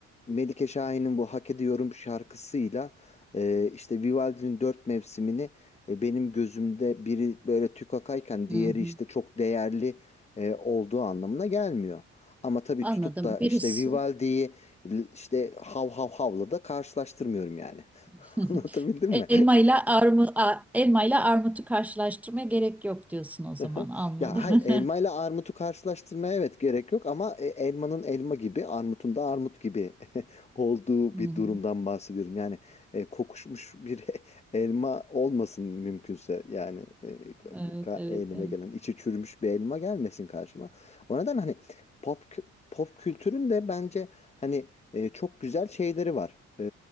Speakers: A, on the left; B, in the centre.
A: Melike Şahin'in bu Hak Ediyorum şarkısıyla e, işte Vivaldi'nin Dört Mevsimini e, benim gözümde biri böyle tükakayken
B: hı
A: diğeri
B: hı.
A: işte çok değerli e, olduğu anlamına gelmiyor. Ama tabii
B: Anladım.
A: tutup da işte
B: Birisi
A: Vivaldi'yi L- işte hav hav havla da karşılaştırmıyorum yani.
B: <laughs>
A: <laughs> Anlatabildim mi?
B: elma
A: <laughs>
B: ile armu, a- elma ile armutu karşılaştırmaya gerek yok diyorsun o zaman
A: Aha.
B: anladım.
A: Ya hayır
B: <laughs>
A: elma ile armutu karşılaştırmaya evet gerek yok ama e, elmanın elma gibi armutun da armut gibi <laughs> olduğu
B: Hı
A: bir
B: hı.
A: durumdan bahsediyorum. Yani e, kokuşmuş bir <laughs> elma olmasın mümkünse yani e, ka-
B: Evet,
A: ka-
B: evet,
A: elime
B: evet.
A: gelen içi çürümüş bir elma gelmesin karşıma. O neden hani pop kü- pop kültürün de bence hani e, çok güzel şeyleri var E,